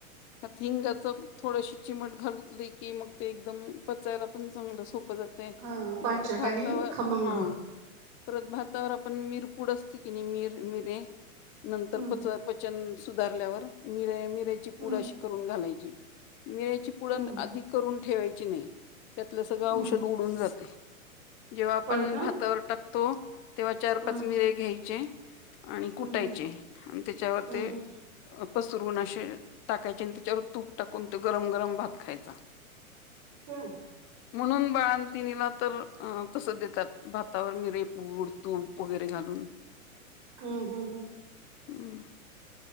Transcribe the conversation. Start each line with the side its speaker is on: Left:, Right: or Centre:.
Left: त्यात हिंगाच थोडशी चिमट घातली की, मग ते एकदम पचायला पण चांगलं सोपं जात. ते
Right: हा
Left: नंतर
Right: पाचक
Left: भातावर
Right: आणि खमंग
Left: हं - परत भातावर आपण मिरपूड असते की नाही मिर मिरे- नंतर
Right: हम्म
Left: पच पचन सुधारल्यावर मिरे मिरेची
Right: हम्म
Left: पूडशी- करून घालायची, मिराची पुडण
Right: हम्म
Left: आधी करून ठेवायची नाही. त्यातलं सगळं औषध
Right: हम्म
Left: उडून जातय, जेव्हा आपण
Right: होय का
Left: भातावर टाकतो, तेव्हा चार-
Right: हम्म
Left: पाचमिरे
Right: हम्म
Left: घ्यायचे, आणि कुटायचे
Right: हम्म
Left: आणि त्याच्यावर
Right: हम्म
Left: ते-
Right: हम्म
Left: पसरवून असे टाकायचे, आणि त्याच्यावर तूप टाकून ते गरम-गरम भात खायचा.
Right: हं..
Left: म्हणून बाळांतिनीला तर तसं देतात, भातावर मिरेपपूड तूप, वगैरे घालून.
Right: हं हं हं..
Left: हं..